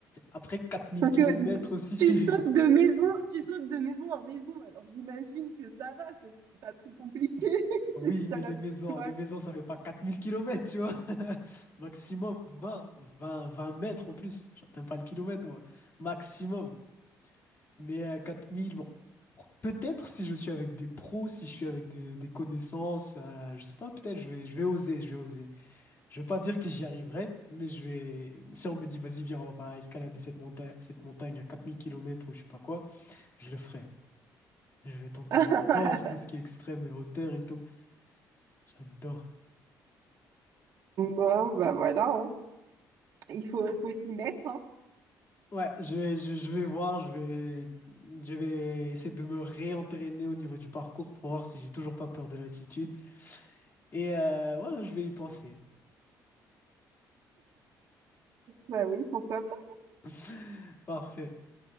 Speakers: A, on the left; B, on the right.
A: Après 4000
B: parce
A: kilomètres
B: que
A: aussi, c'est
B: tu sautes de maison, tu sautes de maison en maison. Alors j'imagine que ça va, c'est pas trop compliqué <laughs>
A: Oui,
B: l'escalade
A: mais les maisons,
B: pour toi.
A: les maisons, ça fait pas 4000 kilomètres, tu vois. <laughs> Maximum vingt, vingt, 20 mètres en plus. J'atteins pas le kilomètre, moi. Maximum. Mais à 4000, bon. Peut-être si je suis avec des pros, si je suis avec des, des connaissances, euh, je sais pas, peut-être je vais, je vais oser, je vais oser. Je vais pas dire que j'y arriverai, mais je vais. Si on me dit, vas-y, viens, on va escalader cette montagne, cette montagne à 4000 kilomètres ou je sais pas quoi, je le ferai. Je vais tenter.
B: <laughs>
A: J'adore aussi tout ce qui est extrême et hauteur et tout. J'adore.
B: Bon, bah voilà, hein. Il faut, faut s'y mettre, hein.
A: Ouais, je vais, je, je vais voir, je vais, je vais essayer de me réentraîner au niveau du parcours pour voir si j'ai toujours pas peur de l'altitude. Et euh, voilà, je vais y penser.
B: Bah oui, pourquoi pas.
A: <laughs> Parfait.